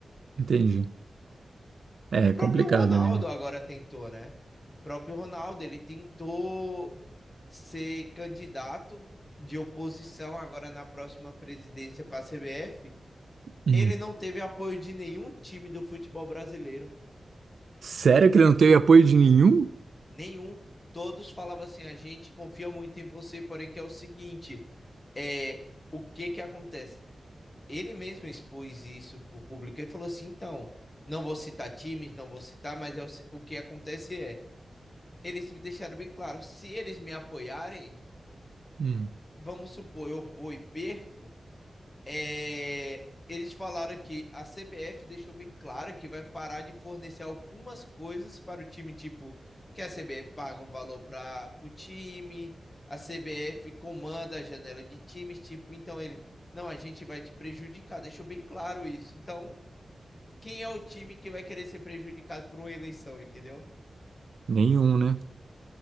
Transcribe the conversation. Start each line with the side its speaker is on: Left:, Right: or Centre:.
Right: Entendi. É
Left: O próprio
Right: complicado,
Left: Ronaldo
Right: né?
Left: agora tentou, né? O próprio Ronaldo, ele tentou ser candidato de oposição agora na próxima presidência para a CBF.
Right: Hum.
Left: Ele não teve apoio de nenhum time do futebol brasileiro.
Right: Sério que ele não teve apoio de nenhum?
Left: Nenhum. Todos falavam assim: a gente confia muito em você, porém que é o seguinte, é, o que que acontece? Ele mesmo expôs isso para o público. Ele falou assim: então, não vou citar times, não vou citar, mas é o, o que acontece é, eles me deixaram bem claro, se eles me apoiarem,
Right: Hum,
Left: vamos supor, eu vou e perco, É, eles falaram que a CBF deixou bem claro que vai parar de fornecer algumas coisas para o time, tipo, que a CBF paga um valor para o time, a CBF comanda a janela de times, tipo, então ele, não, a gente vai te prejudicar, deixou bem claro isso. Então, quem é o time que vai querer ser prejudicado por uma eleição, entendeu?
Right: Nenhum, né?